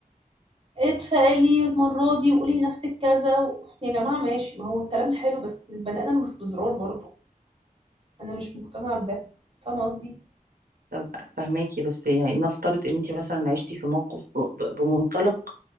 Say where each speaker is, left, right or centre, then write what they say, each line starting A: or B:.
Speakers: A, on the right (about 40°); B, on the right (about 80°).
A: اتفائلي المره دي وقولي لنفسك كذا و... يا جماعه ماشي ما هو الكلام حلو بس البني ادم مش بزرار برضه انا مش مقتنعه بده فاهمه قصدي
B: طب فهماكي بس يعني نفترض ان انت مثلا عشتي في موقف ب... ب... بمنطلق